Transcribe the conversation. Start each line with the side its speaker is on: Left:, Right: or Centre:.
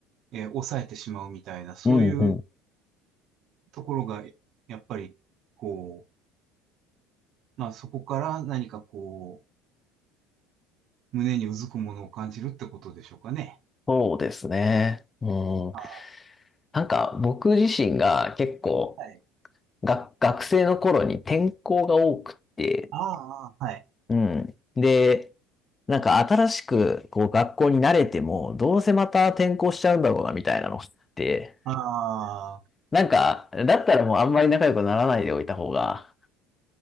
Right: う、え抑えてしまうみたいな、そういう
Left: うん、うん。
Right: ところが、やっぱり、こう、まあそこから何かこう、胸にうずくものを感じるってことでしょうかね。
Left: そうですね。うん。
Right: ああ
Left: なんか僕自身が結構
Right: はい。
Left: が、学生の頃に転校が多くって、
Right: ああ、はい。
Left: うん。で、なんか新しくこう学校に慣れても、どうせまた転校しちゃうんだろうなみたいなのって、
Right: ああ、
Left: なんか、だったらもうあんまり仲良くならないでおいた方が、